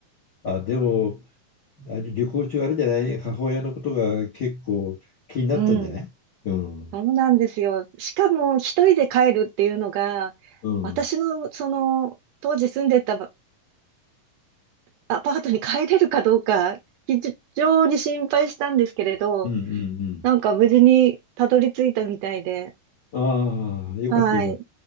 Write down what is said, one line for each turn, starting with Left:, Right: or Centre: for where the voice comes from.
Left: あ、あ、でも、あれ旅行中あれじゃない母親のことが結構気になったんじゃないうん。
Right: うん。
Left: うん。
Right: そうなんですよ。しかも一人で帰るっていうのが、
Left: うん
Right: 私のその当時住んでたばアパートに帰れるかどうか、非常に心配したんですけれど、
Left: うん
Right: なんか無事にたどり着いたみたいで、
Left: うん。ああ、よかったよかった。
Right: はい。